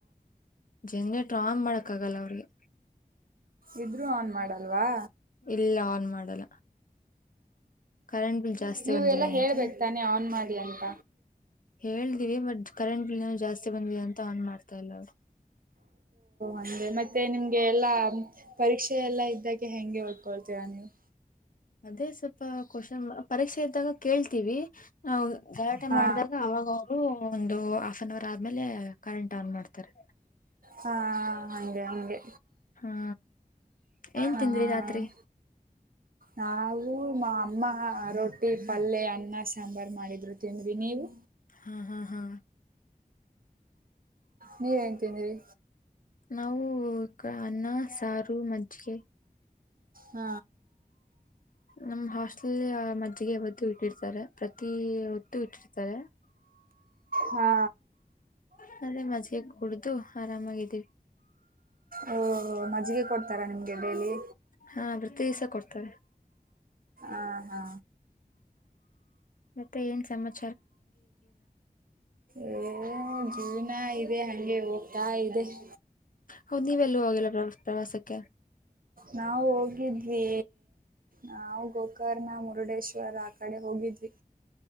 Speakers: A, on the left (about 65°); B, on the right (about 70°).
A: ಜನ್ರೇಟರ್ ಆಮ್ ಮಾಡಕ್ಗಲ್ಲ ಅವ್ರಿಗೆ
B: ಇದ್ರೂ ಆನ್ ಮಾಡಲ್ವಾ
A: ಇಲ್ಲ ಆನ್ ಮಾಡಲ್ಲ ಕರೆಂಟ್ ಬಿಲ್ ಜಾಸ್ತಿ
B: ನೀವು
A: ಬಂದಿದೆ
B: ಎಲ್ಲಾ
A: ಅಂತೆ
B: ಹೇಳ್ಬೇಕ ತಾನೆ ಆನ್ ಮಾಡಿ ಅಂತ
A: ಹೇಳ್್ದಿವವಿ ಬಟ್ ಕರೆಂಟ್ ಬಿಲ್ ಜಾಸ್ತಿ ಬಂದಿದೆ ಅಂತ ಆನ್ ಮಾಡ್ತಾ ಇಲ್ಲ ಅವರು
B: ಅಂದೆ ಮತ್ತೆ ನಿಮ್ಗೆ ಎಲ್ಲಾ ಪರೀಕ್ಷೆ ಎಲ್ಲ ಇದ್ದಾಗ ಹೆಂಗೆ ಹೊಳ್ಕೊಳ್ತೀರಾ ನೀವು
A: ಮದೇ ಸ್ಪ್ಪ ಕಶಂ ಪರೀಕ್ಷೆ ಇದ್ದಾಗ ಕೇಳ್ತೀವಿ. ಹೌದು ಗಲಾಟೆ
B: ಹಾ
A: ಮಾಡಿದಾಗ ಅವಾಗವರು ಒಂದು ಆಸ್ ಆನ್ ಅವರ್ ಆದ್ಮೇಲೆ ಕರೆಂಟ್ ಆನ್ ಮಾಡ್ತಾರೆ.
B: ಹಾ ಹಂಗೆ
A: ಹ್ಮ ಏನ್
B: ಹಾ
A: ತಿಂದ್ರಿ ರಾತ್ರಿ.
B: ನಾವು ಮಾ ಅಮ್ಮ ಹಾ ರೊಟ್ಟಿ, ಪಲ್ಯ, ಅನ್ನ, ಸಾಂಬಾರ್ ಮಾಡಿದ್ರು ತಿಂದ್ವಿ ನೀವು.
A: ಹಾ ಹಾ ಹಾ
B: ನೀವೇನ್ ತಿಂದಿರಿ.
A: ನಾವು ಅನ್ನ, ಸಾರು, ಮಜ್ಜಿಗೆ
B: ಹ್ಮ
A: ನಮ್ ಹಾಸ್ಟೇಲ್ ಆ ಮಜ್ಜಿಗೆ ಹೊತ್ತುಇಟ್ಟಿರ್ತಾರೆ ಪ್ರತಿ ಹೊತ್ತು ಇಟ್ಟಿರ್ತಾರೆ.
B: ಹಾ
A: ತಣ್ಣಗೆ ಮಜ್ಜೆಗೆ ಕೂಡ್ದು ಆರಾಮಾಗಿದ್ದೀವಿ.
B: ಓಹೋ ಮಜ್ಜಿಗೆ ಕೊಡ್ತಾರಾ ನಿಮ್ಗೆ ಡೈಲಿ
A: ಹಾ ಬ್ರತ್ತಿಸ ಕೊಡ್ತಾರೆ.
B: ಆ ಹಾ
A: ಮತ್ತೆ ಏನ್ ಸಮತ್.
B: ಎಎ ಜೀವನಾ ಇದೆ ಹಂಗೆ ಹೋಗ್ತಾ ಇಲ್ಲ್. ಮತ್ತೆ
A: ಹೌದ್ ನೀವೆಲ್ಲೂ ಹೋಗಿಲ್ಲಾ ಪ್ರವಾಸಕ್ಕೆ.
B: ನಾವು ಹೋಗಿದ್ವಿ, ನಾವು ಗೋಕರ್ಣ ಮುರುಡೇಶ್ವರ್ ಆ ಕಡೆ ಹೋಗಿದ್ವಿ.